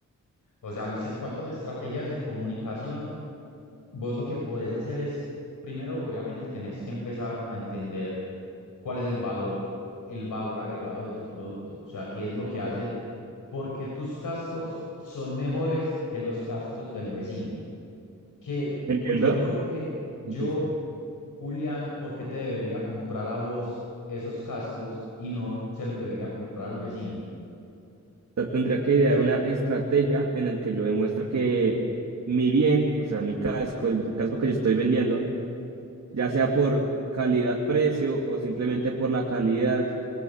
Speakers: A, on the left; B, on the right.
A: O sea, listo, en cuanto a estrategias de comunicación, vos lo que podés hacer es, primero, obviamente, tenés que empezar a entender cuál es el valor, el valor agregado de tu producto. O sea, qué es lo que hace, Porque tus cascos son mejores que los cascos del vecino. Que
B: ¿Entiendo?
A: pu- yo, porque yo,
B: Difícil.
A: Julián, ¿por qué te debería comprar a vos esos cascos y no se los debería comprar al vecino?
B: O sea, tendría que idear
A: ¿Cierto?
B: una estrategia en la que yo demuestre que mi bien, o sea, mi casco, el casco que yo estoy vendiendo,
A: Ujú.
B: ya sea por calidad-precio o simplemente por la calidad,